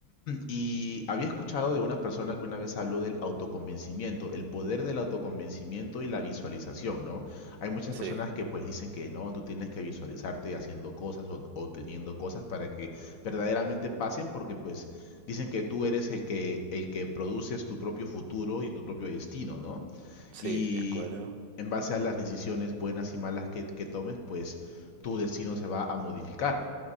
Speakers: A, on the left; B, on the right.
A: Y había escuchado de una persona que una vez habló del autoconvencimiento, el poder del autoconvencimiento y la visualización, ¿no? Hay muchas
B: Sí,
A: personas que pues dicen que no, tú tienes que visualizarte haciendo cosas o, o teniendo cosas para que verdaderamente pasen, porque pues dicen que tú eres el que, el que produces tu propio futuro y tu propio destino, ¿no?
B: sí,
A: Y
B: de acuerdo.
A: en base a las decisiones buenas y malas que, que tomes, pues tu destino se va a modificar.